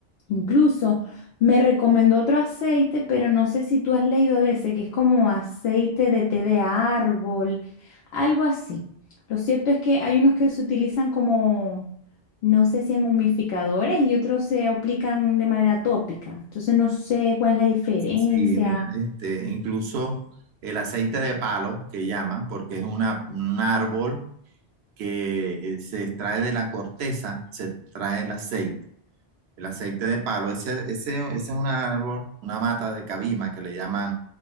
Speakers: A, on the left (about 75°); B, on the right (about 80°).
A: incluso... Me recomendó otro aceite, pero no sé si tú has leído de ese, que es como aceite de té de árbol, algo así. Lo cierto es que hay unos que se utilizan como, no sé si en humidificadores y otros se aplican de manera tópica. Entonces no sé cuál es la diferencia.
B: Sí, mira, este, incluso el aceite de palo, que llaman, porque es una, un árbol que eh, se extrae de la corteza, se extrae el aceite. El aceite de palo, ese, ese, ese es un árbol, una mata de cabima que le llaman